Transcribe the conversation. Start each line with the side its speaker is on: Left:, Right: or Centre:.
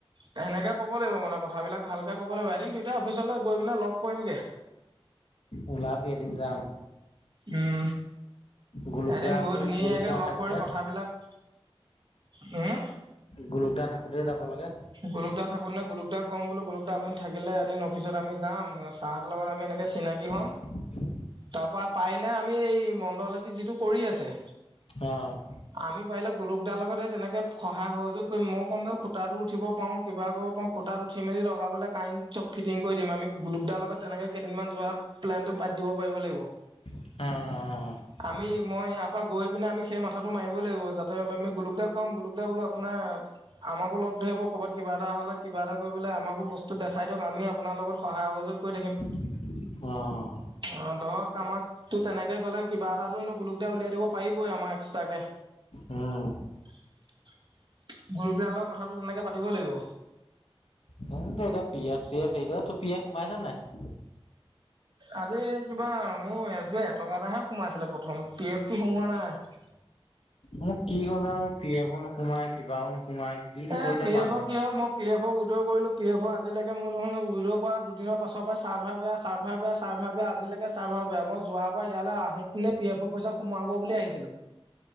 Right: সেনেকে ক'ব লাগিব মানে কথাবিলাক ভালকে ক'ব লাগিব এদিন দুইতাই অফিচলৈ গৈ পিনে লগ কৰিমগে
Left: ওলাবি এদিন যাম
Right: উম
Left: গোলোক
Right: এদিন
Left: দা আকৌ
Right: গৈ ধুনীয়াকৈ
Left: গোলোক দা
Right: লগ
Left: থাকোতে
Right: কৰি কথাবিলাক হু
Left: গুলুকদা থাকোতে যাব লাগে।
Right: গুলোক দা থাকোতে ন গুলোক দাক কম বোলো গুলোক দা আপুনি থাকিলে এদিন অফিচত আমি যাম। তাহাঁত লগত আমি এনেক চিনাকি হ'ম
Left: <inaudible>
Right: তাৰ পৰা পাৰিলে আমি এই মণ্ডল হেতি যিটো কৰি আছে
Left: অ
Right: আমি পাৰিলে গুলোক দাৰ লগত এই তেনেকে সহায় সহযোগ কৰিম মই কম ব খুতাটো, উঠিব পাৰোঁ কিবা কৰিব পাৰোঁ খুটাত উঠি মেলি লগাবলৈ কাৰেণ্ট চব ফিটিং কৰি দিম আমি গুলোকদাৰ লগত, তেনেকে কেইদিনমান যোৱা প্লেনটো পাতি দিব পাৰিব লাগিব।
Left: অ অ অ
Right: আমি মই ইয়াৰ পৰা গৈ পিনে আমি সেই মাথাটো মাৰিবই লাগিব যাতে আমি গুলোকদাক কাম গুলোকদা বোলো আপোনাৰ, আমাকো লগ ধৰি ক'বাত কিবা এ হ'লে কিবা এটা কৰি পেল আমাকো বস্তু দেখাই দিয়ক আমি আপোনাৰ লগত সহায় সহযোগ কৰি থাকিম।
Left: <inaudible> অঁ
Right: অ ধৰক আমাক তো তেনেকে ক'লে কিবা এটাতো এনো গুলোকদাই উলিয়াই দিব পাৰিবই আমাক এক্সট্ৰাকে।
Left: উম্।
Right: গুলোক দাৰ লগত কথাটো তেনেকে পাতিব লাগিব।
Left: মই তো এতিয়া পি এফ চি এফ হেৰি তোৰ পি এফ হোমাইছে নাই?
Right: আজি কিবা মোৰ আজি এটকাটাহে সোমাইছিলে প্ৰথম পি এফটো সোমোৱা নাই।
Left: মোক কি হ'ল আৰু মোৰ পি এফো নোকোমাই কিবাও নোসোমাই কিনো
Right: এ
Left: কৰিছে
Right: পি
Left: পাঞ্জলে
Right: এফৰ কি হ'ল মোৰ পি এফ অ উইড'ল কৰিলোঁ পি এফ' আজিলৈকে মোৰ দেখোন উইড'ল কৰা দুদিনৰ পাছৰ পৰাই চাৰ্ভাৰ বেয়া <unintelligible> চাৰ্ভাৰ বেয়া চাৰ্ভাৰ বেয়া আজিলৈকে চাৰ্ভাৰ বেয়া মই যোৱাবাৰ ইয়ালৈ আহো পিনে পি এফৰ পইচা সোমাব বুলি আহিছিলো।